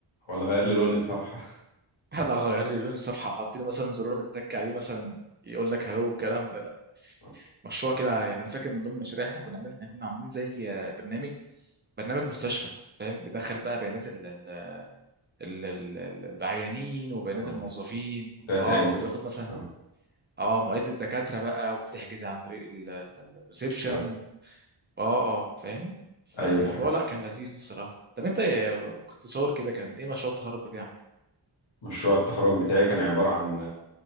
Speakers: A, on the left; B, on the right.
A: ولا غير لي لون الصفحه
B: <laughs> ولا غير لي لون الصفحه وحط لي مثلا زرار بتك عليه مثلا يقول لك هالو والكلام ده لا
A: <laughs>
B: مشروع كده يعني انا فاكر من ضمن المشاريع اللي احنا كنا عاملينها احنا كنا عاملين زي آه، برنامج برنامج مستشفى فاهم بيدخل بقى بيانات ال ال ال ال ال- العيانين وبيانات
A: اه
B: الموظفين
A: داتا
B: اه
A: انتر
B: وبياخد مثلا
A: اه
B: اه مواعيد الدكاتره بقى وبتحجز عن طريق الريسبشن
A: لا
B: اه اه فاهم فالموضوع
A: ايوه فاهم
B: لا كان لذيذ الصراحه طب انت إيه- باختصار كده كان ايه مشروع التخرج بتاعك
A: مشروع التخرج بتاعي كان عبارة عن